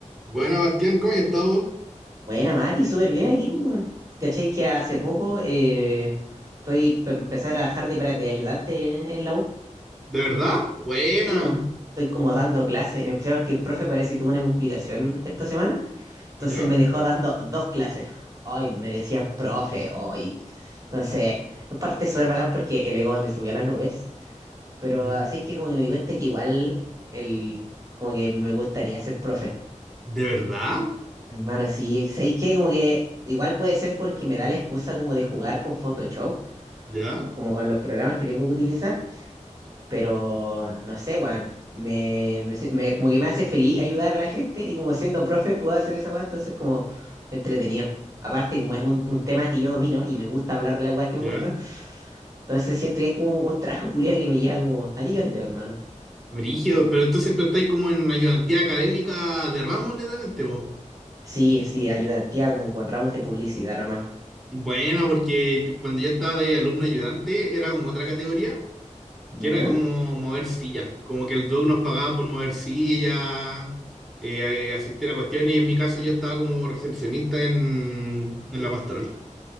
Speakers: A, in the centre; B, on the right.
A: Buena, Bastián, ¿cómo has estado?
B: Buena, Mati, súper bien aquí, pues, weón. ¿Cachai? Que hace poco eh, estoy pe- empecé a trabajar de, pra- de ayudante en, la U.
A: ¿De verdad? Buena.
B: Sí, weón. Estoy como dando clases, en especial porque el profe parece que tuvo una complicación esta semana. Entonces
A: ¿Ya?
B: me dejó dando dos clases. Ay, me decían profe, hoy. Entonces, en parte súper bacán porque el ego me subió a las nubes. Pero
A: Ujú.
B: así es que como que me di cuenta que igual el, como que me gustaría ser profe.
A: ¿De verdad?
B: Hermano, sí, ¿sabéis qué? Como que igual puede ser porque me da la excusa como de jugar con Photoshop,
A: ¿Ya?
B: como con los programas que tengo que utilizar, pero no sé, Juan, me, me si- me- como que me hace feliz ayudar a la gente y como siendo profe puedo hacer esa weá, entonces como entretenido. Aparte, como es un, un tema que yo domino y me gusta hablar de las weas que
A: ¿Ya?
B: me gustan, entonces siento que es como un trabajo <laughs> culiado que me llega como a nivel de hermano.
A: Brígido, pero entonces tú estás como en ayudantía académica de ramos, netamente, vos.
B: Sí, sí, ayudantía como con ramos de publicidad nomás.
A: Buena, porque t- cuando yo estaba de ahí alumno ayudante, era como otra categoría,
B: ¿Ya?
A: que era como mover sillas, como que el doc nos pagaba por mover sillas, eh, asistir a cuestiones, y en mi caso yo estaba como recepcionista en, en la pastoral.